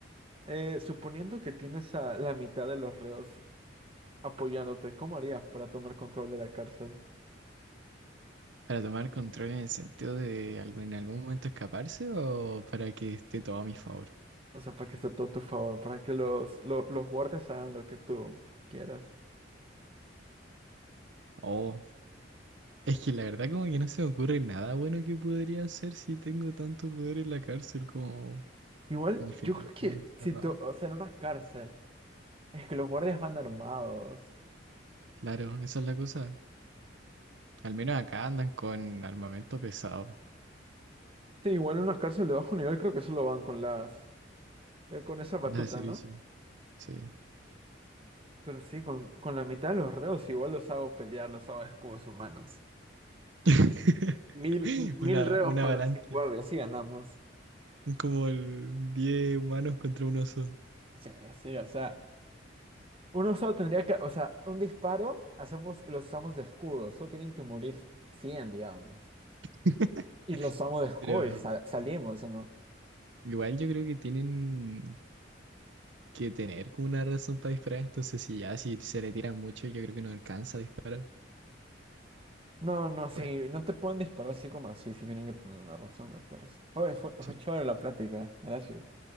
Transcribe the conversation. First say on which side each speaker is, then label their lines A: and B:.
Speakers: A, on the right (about 30°); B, on the right (about 75°).
A: eh, suponiendo que tienes a la mitad de los reos apoyándote, ¿cómo harías para tomar control de la cárcel?
B: ¿Para tomar control en el sentido de algo, en algún momento escaparse o para que esté todo a mi favor?
A: O sea, para que esté todo a tu favor, para que los, lo- los guardias hagan lo que tú quieras.
B: Oh, es que la verdad como que no se me ocurre nada bueno que podría hacer si tengo tanto poder en la cárcel como
A: Igual,
B: al final
A: yo creo
B: está
A: que
B: encerrado.
A: si tú, o sea, en una cárcel, es que los guardias van armados.
B: Claro, esa es la cosa. Al menos acá andan con armamento pesado,
A: Sí, igual en una cárcel de bajo nivel creo que solo van con las, eh, con esa batuta,
B: las de servicio,
A: ¿no?
B: sí.
A: Pero sí, con, con la mitad de los reos igual los hago pelear, los hago escudos humanos.
B: <laughs>
A: Mil, mil
B: Una,
A: reos
B: una
A: contra
B: avalancha,
A: cien guardias, sí ganamos.
B: como el 10 humanos contra un oso.
A: Sí, sí, o sea, uno solo tendría que, o sea, un disparo, hacemos, los usamos de escudo, solo tienen que morir 100 digamos.
B: <laughs>
A: Y los amo de Joy,
B: Pero
A: sa- salimos o no.
B: igual yo creo que tienen que tener como una razón para disparar. Entonces, si ya si se le tira mucho, yo creo que no alcanza a disparar.
A: No, no, sí,
B: Pues
A: no te pueden disparar así como así, sí tienen que tener una razón, me parece. Oye, fue, fue
B: sí,
A: chévere la plática, gracias.